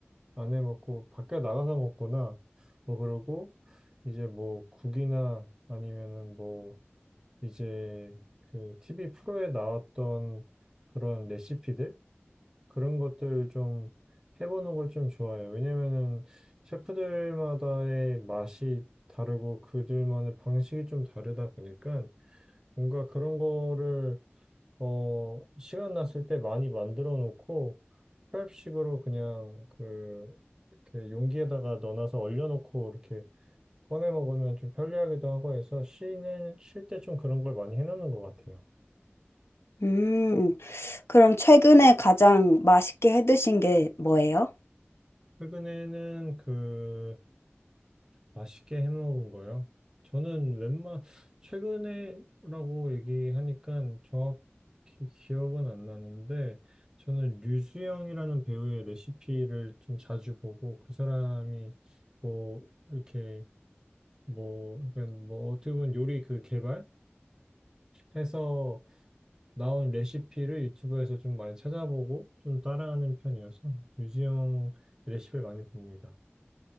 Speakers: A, on the right (about 15°); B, on the left (about 70°).
A: 안 해먹고, 밖에 나가서 먹거나, 뭐, 그러고, 이제 뭐, 국이나 아니면은 뭐, 이제 그 TV 프로에 나왔던 그런 레시피들 그런 것들 좀 해보는 걸 좀 좋아해요. 왜냐면은 셰프들마다의 맛이 다르고 그들만의 방식이 좀 다르다 보니까 뭔가 그런 거를 어 시간 났을 때 많이 만들어 놓고 프렙식으로 그냥 그 이렇게 용기에다가 넣어놔서 얼려놓고 이렇게 꺼내 먹으면 좀 편리하기도 하고 해서 쉬는 쉴 때 좀 그런 걸 많이 해놓는 것 같아요.
B: 음, 그럼 최근에 가장 맛있게 해 드신 게 뭐예요?
A: 최근에는 그 맛있게 해먹은 거요. 저는 웬만 최근에라고 얘기하니까 정확히 기억은 안 나는데 저는 류수영이라는 배우의 레시피를 좀 자주 보고 그 사람이 뭐 이렇게 뭐 약간 뭐 어떻게 보면 요리 그 개발을 해서 나온 레시피를 유튜브에서 좀 많이 찾아보고 좀 따라하는 편이어서 류수영 레시피를 많이 봅니다.